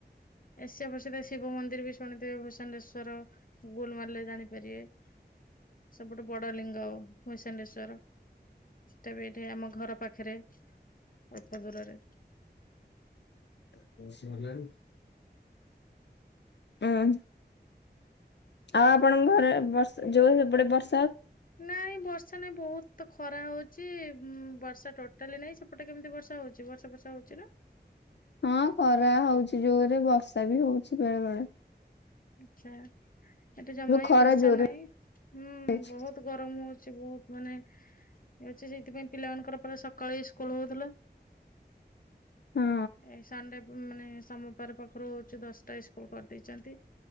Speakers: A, on the left; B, on the left.
A: ଏସିଆ ପ୍ରସିଦ୍ଧ ଶିବ ମନ୍ଦିର ବି ଶୁଣିଥିବେ ଭୂଷାଣ୍ଡେଶ୍ଵର ଗୁଗୁଲ ମାରିଲେ ଜାଣିପାରିବେ।
B: <inaudible>
A: ସବୁଠୁ ବଡ ଲିଙ୍ଗ ଭୁଷଣ୍ଡେସ ଟା ବି ଏଠି ଆମ ଘର ପାଖରେ ଅଳ୍ପ ଦୂରରେ
B: <inaudible> ହୁଁ ଆଉ ଆପଣଙ୍କ ଘରେ ବର୍ଷ ଯୋଉ ଗୋଟେ ବର୍ଷ
A: ନାଇଁ ବର୍ଷା ନାଇ ବହୁତ ତ ଖରା ହଉଛି ଉ ବର୍ଷା ଟୋଟାଲି ନାହିଁ ସେପଟେ କେମିତି ବର୍ଷା ହଉଛି ବର୍ଷା ଫର୍ଷା ହଉଛି ନାଁ?
B: ହଁ ଖରା ହଉଛି ଜୋରେ ବର୍ଷା ବି ହଉଛି ବେଳେବେଳେ
A: ଆଛା। ଏଠି ଜମା ହି
B: ଖରା
A: ବର୍ଷା
B: ଜୋରେ
A: ନାହିଁ ହୁଁ
B: ହଉଛି।
A: ବହୁତ ଗରମ ହଉଛି ବହୁତ। ମାନେ ଛି ସେଇଥିପାଇଁ ପିଲା ମାନଙ୍କର ପୁରା ସକାଳେ ସ୍କୁଲ ହଉଥିଲା।
B: ହଁ
A: ଏ ସଣ୍ଡେ ମାନେ ସୋମବାର ପାଖରୁ ହଉଛି ଦଶଟା ସ୍କୁଲ କରିଦେଇଛନ୍ତି।